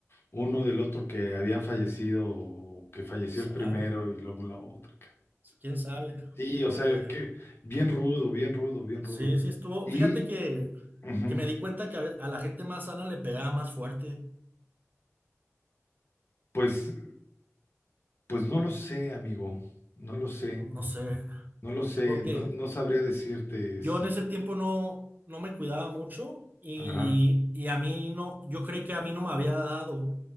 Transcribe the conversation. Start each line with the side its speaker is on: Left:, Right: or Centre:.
Left: uno del otro que habían fallecido, o que falleció
Right: sabe,
Left: el primero y luego la otra. ca-
Right: quién sabe,
Left: Sí, o
Right: porque
Left: sea, que bien rudo, bien rudo, bien rudo.
Right: sí, sí estuvo.
Left: Y
Right: Fíjate que,
Left: ujú,
Right: que me di cuenta que a, ve- a la gente más sana le pegaba más fuerte,
Left: pues, pues no lo sé, amigo, no lo sé,
Right: no sé,
Left: no lo sé,
Right: porque
Left: no, no sabría decirte
Right: Yo
Left: si.
Right: en ese tiempo no, no me cuidaba mucho y,
Left: Ajá,
Right: y a mí no, yo creí que a mí no me había dado